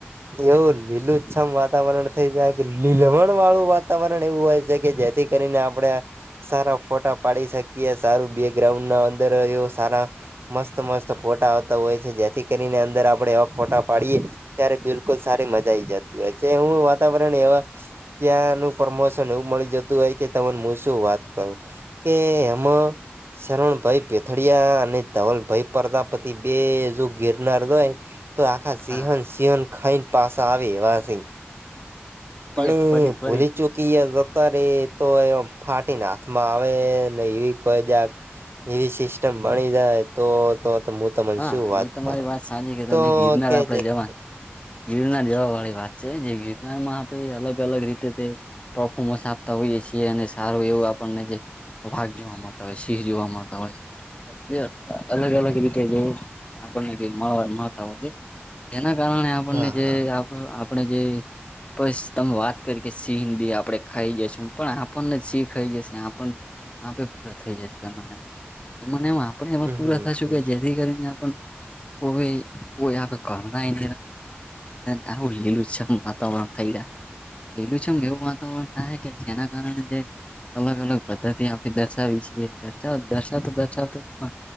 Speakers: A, on the right (about 65°); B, on the left (about 30°).
A: એવું લીલુછમ વાતાવરણ થઈ જાય કે લીલમણ વાળું વાતાવરણ એવું હોય છે કે જેથી કરીને આપડે સારા ફોટા પાડી શકીએ. સારું બેગ્રાઉન્ડના અંદર એવા સારા મસ્ત મસ્ત ફોટા આવતા હોય છે. જેથી કરીને અંદર આપણે એવા ફોટા પાડીએ ત્યારે બિલકુલ સારી મજા આઈ જતી હોય છે. એવું વાતાવરણ એવા ત્યાંનું પ્રમોશન એવું મળી જતું હોય કે તમને હું શું વાત કરું. કે એમ શરણભાઈ પેથડીયા અને ધવલભાઈ પ્રજાપતિ બે જો ગિરનાર જાય. તો આખા સિંહણ.
B: હા
A: સિંહણ ખઈ ને પાસા આવે એવા સે.
B: પેટ
A: પણ એ
B: ભરી ભરી
A: ભૂલી ચૂકીએ જતા ર તો એ ફાટીને હાથમાં આવે ને એવી કોઈ જ એવી સિસ્ટમ મણી જાય. તો તો મું તને
B: હા
A: શું વાત
B: એ તમારી
A: કરું
B: વાત સાચી કે તમે
A: તો
B: ગિરનાર
A: કે
B: આપડે
A: જેથ
B: ગિરનાર જવા વાળી વાત છે જે ગિરનાર માં આપે અલગ અલગ રીતે તે પ્રફોમસ આપ તા હોઈએ છીએ અને સારું એવું આપણને જે વાઘ જોવા મળતા હોય, સિંહ જોવા મળતા હોય છે. જે અલગ
A: હમ
B: અલગ રીતે જે આપણને જે મળવા મળતા હોય છે. જેના કારણે આપણને
A: હા
B: જે
A: હા
B: આપ આપણે જે પસ તમે વાત કરી કે સિંહ બી આપણે ખાઈ જશું પણ આપણને જ સિંહ ખાઈ જશે આપણ આપે પૂરા થઈ જશું એમાં ને એમ એમને એમ આપણે હવે
A: હમ
B: પૂરા
A: હમ
B: થાશું
A: હમ
B: કે કરી ન આપણને કોઈ કોઈ આપે ઘરના એ <inaudible> આવું લીલુછમ વાતાવરણ થઈ જાય. લીલુંછમ એવું વાતાવરણ થાય કે જેના કારણે તે અલગ અલગ પદ્ધતિ આપે દર્શાવી છીએ. દર્શાવ દર્શાવતો દર્શાવતો પણ